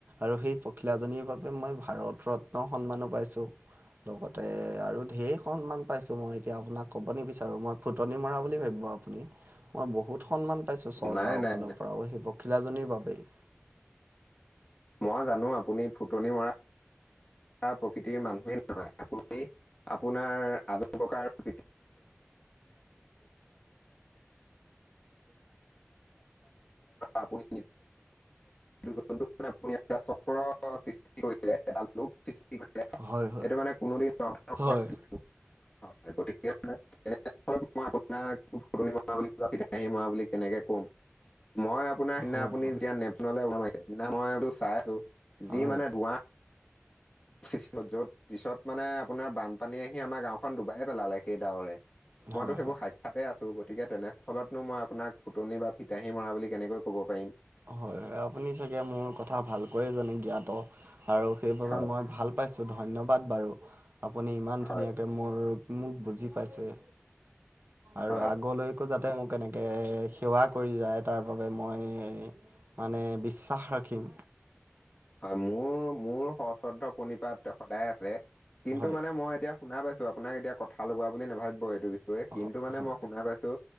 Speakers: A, on the right; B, on the left.
A: আৰু সেই পখিলাজনীৰ বাবে মই ভাৰত ৰত্ন সন্মানো পাইছোঁ। লগতে আৰু ধেৰ সন্মান পাইছোঁ মই এতিয়া আপোনাক ক'ব নিবিচাৰোঁ, মই ফুটনি মৰা বুলি ভাবিব আপুনি। মই বহুত সন্মান পাইছোঁ চৰকাৰৰ
B: নাই নাই
A: ফালৰ পৰাওঁ। সেই পখিলাজনীৰ বাবেৱেই।
B: মই জানোঁ আপুনি ফুটনি মৰা প্ৰকৃতিৰ মানুহেই নহয়, আপুনি আপোনাৰ আজু ককাৰ <unintelligible> <unintelligible> <unintelligible> আপুনি <unintelligible> জীৱনটোত মানে আপুনি এটা চক্ৰৰ সৃষ্টি কৰিলে এডাল। <unintelligible> সৃষ্টি কৰে
A: হয় হয়
B: এইটো মানে কোনো দিন <unintelligible>
A: হয়
B: হয় গতিকে মই আপোনাক ফুটনি মতৰা বুলি বা ফিতাহি মৰা বুলি কেনেকে ক কম মই আপো আপোনাৰ সিদিনা
A: হয়
B: আপুনি
A: হয় হয়
B: যেতিয়া নেপচনলে উৰা মাৰিলে সিদিনা মইটো চাই আছো
A: হয়
B: যি মানে ধুৱা য'ত পিছত মানে আপোনাৰ বানপানী আহি আমাৰ গাঁওখন ডুবাই পেলালে সেই ডাৱৰে। মইতো
A: হয়
B: সেইবোৰ
A: হয়।
B: সাক্ষাতে আ ছো গতিকে তেনেস্থলতনো মই আপোনাক ফুটনি বা ফিতাহী মৰা বুলি কেনেকৈ ক'ব পাৰিম?
A: হয় হয় আপুনি চাগে মোৰ কথা ভালকৈয়ে জানে জ্ঞাত আৰু সেইবাবে
B: হয়
A: মই ভাল পাইছোঁ ধন্যবাদ বাৰু আপুনি ইমান
B: হয়
A: ধুনীয়াকৈ মোৰ মোক বুজি পাইছে আৰু
B: হয়।
A: আগলৈকো যা তে মোক এনেকে সেৱা কৰি যায় তাৰ বাবে মই মানে বিশ্বাস ৰাখিম।
B: হয় মোৰ মোৰ সশ্ৰদ্ধ প্ৰণিপাত সদায় আছে কিন্তু
A: হয়
B: মানে মই এতিয়া শুনা পাইছো আপোনাক এতিয়া কথা লগোৱা বুলি নাভাবিব এইটো বিষয়ে কিন্তু
A: হয়
B: মানে
A: হয়
B: মই শুনা পাইছো